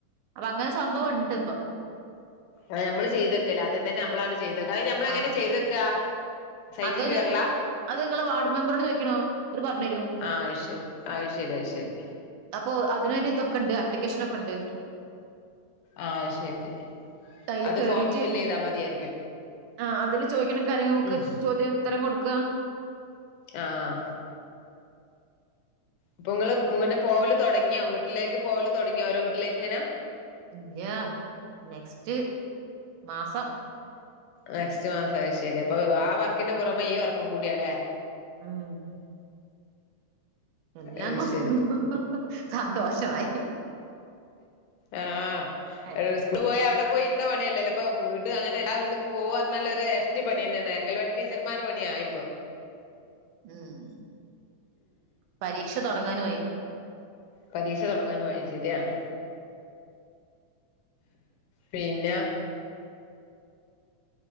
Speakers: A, on the right (about 85°); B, on the left (about 80°).
A: അപ്പം അങ്ങനെ സംഭവണ്ട്
B: അ നമ്മള് ചെയ്തക്കല് ആദ്യം തന്നെ നമ്മളാണ് ചെയ്തക്ക അഹ അയ്ന് ഞമ്മളങ്ങനെ
A: ആഹ്
B: ചെയ്തക്കാ സൈറ്റില്
A: അതൊരു
B: കേറലാ
A: അത് നിങ്ങടെ വാർഡ് മെമ്പറോട് ചോദിക്കണം ഓരു പറഞ്ഞ് തരും
B: ആഹ് അത് ശരി അത് ശരി അത് ശരി
A: അപ്പൊ അതിനൊരു ഇതൊക്കെ ഉണ്ട് ആപ്ലിക്കേഷനൊക്കെ ഉണ്ട്
B: ആഹ് അത് ശരി
A: അപ്പോ അതിൽ
B: അത്
A: കേറീട്ട്
B: ഫോം ഫില്ല് ചെയ്താ മതിയായിരിക്കും
A: ആ അതില് ചോദിക്കണ കാര്യങ്ങൾക്ക് ഒക്കെ
B: ഉം
A: ചോ പുതിയ ഉത്തരം കൊടുക്കുക
B: ആഹ് ഇപ്പൊ ഇങ്ങള് ഇങ്ങനെ പോവല് തൊടങ്ങിയോ വീട്ടിലേക്ക് പോവല് തൊടങ്ങിയോ ഓരോ വീട്ടിലേക്കിങ്ങനെ
A: ഇല്ല നെക്സ്റ്റ് മാസം
B: നെക്സ്റ്റ് മാസം അത് ശരി അപ്പൊ ആ വർക്കിന്റെ പുറമെ ഈ വർക്കും കൂടിയാല്ലേ <inaudible>
A: ഉം എല്ലാം
B: അത്
A: കൊണ്ടും
B: ശരി
A: സന്തോഷമായി
B: ആഹ്
A: അല്ല,
B: സ്കൂള് പോയാ അവിടെ പോയി ഇരുന്ന പണിയല്ലല്ലോ ഇപ്പോ വീട്ട് അങ്ങനെ എല്ലാ വീ ട്ടില് പോവാ പറഞ്ഞാല് ഒര് എരട്ടിപ്പണി തന്നെയാണ് അങ്കൽവാടി ടീച്ചർമാരുടെ പണിയായിപ്പൊ
A: ഉം പരീക്ഷ തുടങ്ങാനുമായി
B: പരീക്ഷ തുടങ്ങാനും ആയി ശരിയാണ് പിന്നെ